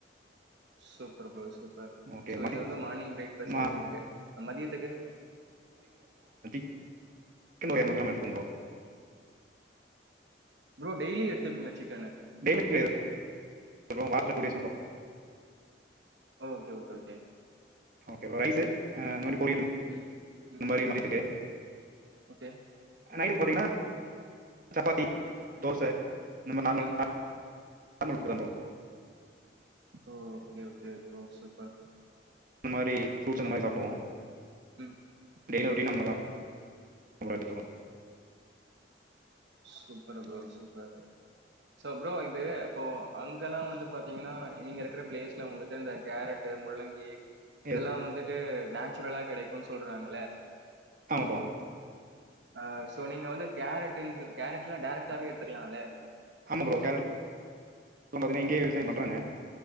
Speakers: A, on the right; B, on the right.
A: super bro super
B: okay
A: so
B: மதி
A: இத வந்து மானிங் பிரேக்ஃபஸ்ட்
B: மா
A: உங்களுக்கு மதியத்துக்கு
B: க்கன் ஒரு எர்நூறு கிராம் எடுத்துக்வே ப்ரோ
A: ப்ரோ டெய்லி எடுத்துக்விங்ளா சிக்
B: டெய்லி இல்ல ப்ரோ வாரத்துல டூ டேஸ் மட்டு
A: okay okay okay
B: okay bro rice அ <unintelligible> பொரியல் இந்
A: ம் ம்
B: த மாரி மதியத்துக்கு
A: ஓகே
B: நைட்டுக் பாத்தீங்னா சப்பாத்தி தோச நம்ம நார்மல்
A: ம்
B: சாப் புற ஃபுட்டு தாம் ப்ரோ
A: ஓ ஓகே ஓகே ப்ரோ சூப்பர்
B: ந்த மாரி ஃபுரூட்ஸ் அந்த மாரி சாப்டுவோ
A: ம்
B: டெய்லி
A: ம்
B: ரொட்டீன் நம்மளா
A: ம்
B: நம் ரெண்டு பேரு
A: super bro super so bro இது இப்போ அங்கல்லா வந்து பாத்தீங்கனா நீங்க இருக்குற பிளேஸ்ல வந்துட்டு இந்த கேரட்டு முள்ளங்கி இதெல்லா
B: எஸ்
A: வந்துட்டு நேச்சுரலா கெடைக்குன் சொல்றாங்கல
B: ஆமா ப்ரோ
A: ஆ சோ நீங்க வந்து கேரட்டுன்து கேரட்லா டேரக்டாவே எடுத்துக்லால்ல
B: ஆமா ப்ரோ கேரட்லா பாத்தினா இங்கயே விவசாயம் பண்றாங்க